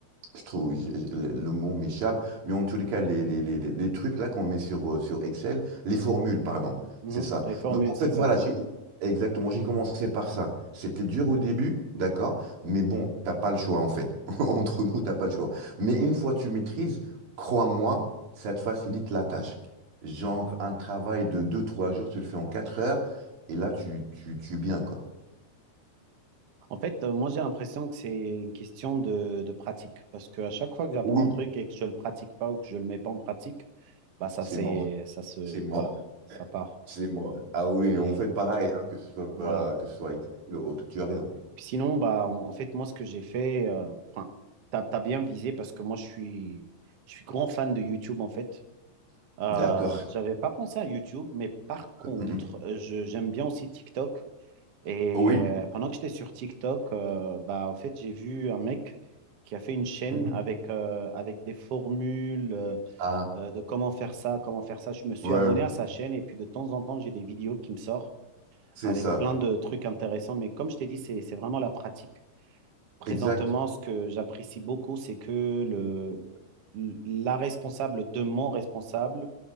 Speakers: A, on the right; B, on the right.
A: Je trouve, je- je- le, le mot m'échappe, mais en tous les cas, les, les, les, les les trucs là qu'on met sur, euh, sur Excel, les formules, pardon,
B: Mhm.
A: c'est ça.
B: Les formules,
A: Donc en fait,
B: c'est ça,
A: voilà,
B: oui.
A: j'ai, exactement, j'ai commencé par ça. C'était dur au début, d'accord, mais bon, t'as pas le choix en fait. <laughs> Entre nous, t'as pas le choix. Mais une fois que tu maîtrises, crois-moi, ça te facilite la tâche. Genre, un travail de deux trois jours, tu le fais en 4 heures, et là, tu, tu, tu es bien, quoi.
B: En fait, euh, moi, j'ai l'impression que c'est une question de, de pratique. Parce qu'à chaque fois que j'apprends
A: Oui,
B: un truc et que je le pratique pas ou que je le mets pas en pratique, bah, ça,
A: c'est
B: c'est,
A: mort.
B: ça se,
A: C'est mort.
B: voilà, ça part.
A: C'est mort. Ah oui,
B: Et
A: on fait pareil, hein, que ce soit,
B: voilà.
A: que ce soit avec le autre. Tu as raison.
B: Puis Sinon, bah, en fait, moi, ce que j'ai fait, euh, enfin, t'as, t'as bien visé parce que moi, je suis, je suis grand fan de YouTube, en fait. Euh,
A: D'accord.
B: j'avais pas pensé à YouTube, mais par contre,
A: Mhm.
B: euh, je, j'aime bien aussi TikTok. Et
A: Oui.
B: euh, pendant que j'étais sur TikTok, euh, bah, en fait, j'ai vu un mec qui a fait une chaîne
A: Mhm.
B: avec, euh, avec des formules euh,
A: Ah,
B: euh, de comment faire ça, comment faire ça. Je me suis
A: ouais,
B: abonné à sa chaîne et puis de temps en temps, j'ai des vidéos qui me sortent
A: c'est
B: avec
A: ça.
B: plein de trucs intéressants. Mais comme je t'ai dit, c'est, c'est vraiment la pratique. Présentement,
A: Exact.
B: ce que j'apprécie beaucoup, c'est que le, le- la responsable de mon responsable,